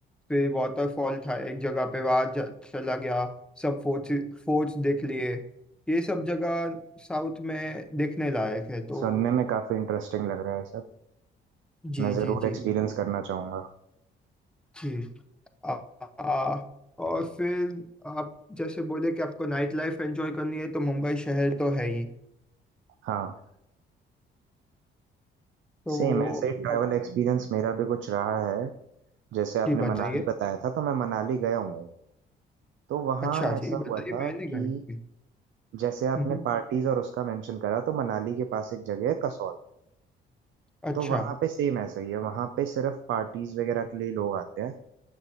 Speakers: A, in the centre; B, on the right.
A: फिर वाटरफॉल था एक जगह पे वहाँ जा- चला गया सब फोर्ट्स फोर्ट्स देख लिए ये सब जगह साउथ में देखने लायक है तो
B: सुनने में काफी इंटरेस्टिंग लग रहा है सब
A: जी
B: मैं जरूर
A: जी जी
B: एक्सपीरियंस करना चाहूंगा
A: जी आ, आ, और फिर आप जैसे बोले कि आपको नाइट लाइफ एंजॉय करनी है तो मुंबई शहर तो है ही
B: हाँ
A: तो
B: सेम ऐसे ही ट्रैवल
A: आप
B: एक्सपीरियंस मेरा भी कुछ रहा है जैसे आपने
A: जी बताइए
B: मनाली बताया था तो मैं मनाली गया हूँ तो वहाँ
A: अच्छा
B: ऐसा
A: जी बताइए
B: हुआ था
A: मैंने
B: कि
A: गए कभी
B: जैसे आपने
A: हम्म, हम्म,
B: पार्टीज और उसका मेंशन करा तो मनाली के पास एक जगह है कसौल
A: अच्छा
B: तो वहाँ पे सेम ऐसा ही है वहाँ पे सिर्फ पार्टीज वगैरह के लिए लोग आते हैं